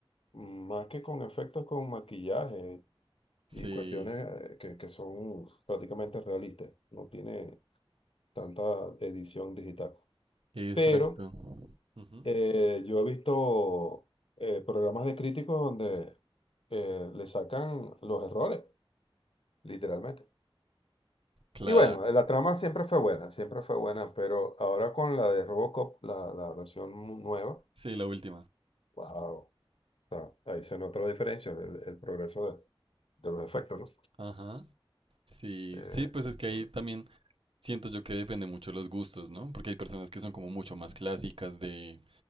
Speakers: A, on the left; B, on the right.
A: más que con efectos, con maquillaje y
B: sí,
A: cuestiones eh, que, que son prácticamente realistas. No tiene tanta edición digital.
B: exacto.
A: Pero
B: Ujú.
A: eh, yo he visto eh, programas de críticos donde eh, le sacan los errores, literalmente.
B: Claro,
A: Y bueno, la trama siempre fue buena, siempre fue buena, pero ahora con la de Robocop, la, la versión mu- nueva,
B: sí, la última.
A: wow, o sea, ahí se nota la diferencia, el, el progreso de, de los efectos, ¿no?
B: Ajá. Sí,
A: Eh,
B: sí, pues es que
A: sobre-
B: ahí también siento yo que depende mucho de los gustos, ¿no? Porque hay personas que son como mucho más clásicas de,